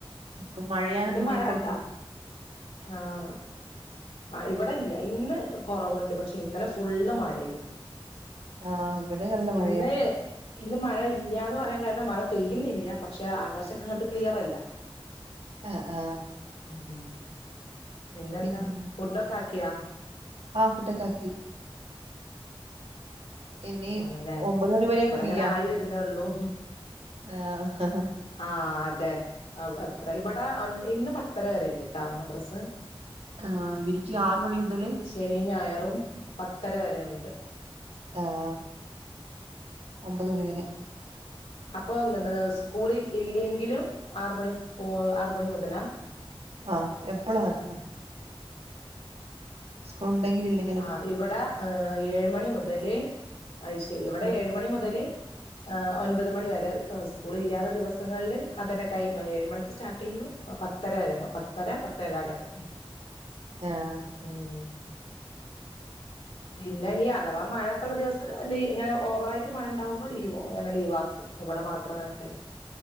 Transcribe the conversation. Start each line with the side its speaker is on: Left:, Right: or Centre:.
Right: ഇപ്പൊ മഴയാണ്
Left: ഇന്ന്
Right: ഇങ്ങനെ
Left: മഴ
Right: <unintelligible>
Left: ഇണ്ടാ ആഹ് ആഹ് ഇവിടെ ഇല്ല്യ ഇന്ന് കൊറവിണ്ട് പക്ഷെ ഇന്നലെ ഫുള്ള് മഴേയിരുന്നു.
Right: ആഹ് ഇവിടെ നല്ല
Left: ഇന്ന്
Right: മഴയാ
Left: ഇന്ന് മഴ ഇല്ല്യാന്ന് പറയാൻ കാരണം മഴ പെയ്യുന്നില്ല പക്ഷെ ആകാശക്കെ അങ്ങട്ട് ക്ലിയറല്ല.
Right: അഹ് ആഹ്
Left: ഉം ഉം പിന്നെന്താ
Right: പിന്നെ
Left: ഫുഡൊക്കെ ആക്കിയാ.
Right: ആഹ് ഫുഡക്കാക്കി. ഇനി
Left: ആണല്ലേ
Right: ഒമ്പത് മണി വരെ
Left: ഇവിടെ
Right: ഫ്രീയാ
Left: അങ്ങനെ ആയി വ രുന്നെയൊള്ളു
Right: ആഹ്
Left: ആഹ് അതെ അവ് അത്ര ഇവിടാ ഒൻ ഇന്ന് പത്തര വരെയിണ്ടിട്ടാ മദ്രസ്.
Right: ആഹ് ഇവരിക്ക് ആറ്മണി മുതല്
Left: ശനിം ഞായറും പത്തര വരെയെണ്ട്.
Right: ആഹ് ഒമ്പത് മണി വരെ.
Left: അപ്പൊ എന്താണത് സ്കൂളിൽ ഇല്ലെങ്കിലും ആറ് മണി ഓഹ് ആറ്മണി മുതലാ
Right: ആഹ് എപ്പളും അങ്ങനെ തന്നെ സ്കൂൾ എണ്ടെങ്കിലും ഇല്ലെ
Left: ആഹ് ഇവിടാ ഏഹ് ഏഴ് മണി മുതല് അയ് ശെരി ഇവിടെ
Right: ആഹ്
Left: ഏഴുമണി മുതല് എഹ് ഒൻപത് മണി വരെ സ്കൂളില്ലാത്ത ദിവസങ്ങളില് അതന്നെ ടൈം ഏഴ് മണിക്ക് സ്റ്റാർട്ട് ചെയ്യും. പത്തര വരേണ്ടാവും പത്തര പത്തേകാലൊക്കെ
Right: ആഹ്
Left: ഉം പിന്നെ ഇനി അഥവാ മഴ <unintelligible> ദിവസ് ഇങ്ങനെ ഓവറായിട്ട് മഴയണ്ടാവുമ്പോ ലീവോ അങ്ങനെ ലീവാക്കും ഇവിടെ മാത്രം അങ്ങനെയൊക്കായിട്ട്